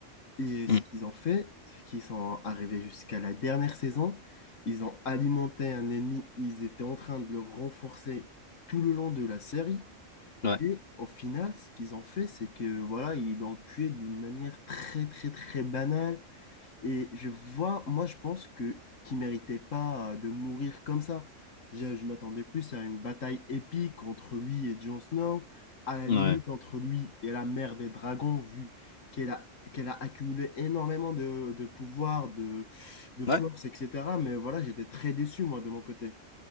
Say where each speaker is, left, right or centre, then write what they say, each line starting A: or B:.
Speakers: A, on the left; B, on the left.
A: Et
B: hmm,
A: ce qu'ils ont fait, c'est qu'ils sont arrivés jusqu'à la dernière saison. Ils ont alimenté un ennemi. Ils étaient en train de le renforcer tout le long de la série.
B: ouais,
A: Et au final, ce qu'ils ont fait, c'est que voilà, ils l'ont tué d'une manière très, très, très banale. Et je vois, moi, je pense que qu'il méritait pas euh, de mourir comme ça. Je, je m'attendais plus à une bataille épique entre lui et Jon Snow, à la
B: ouais,
A: limite entre lui et la mère des dragons, vu qu'elle a, qu'elle a accumulé énormément de, de pouvoir, de, de force,
B: ouais.
A: etc. Mais voilà, j'étais très déçu, moi, de mon côté.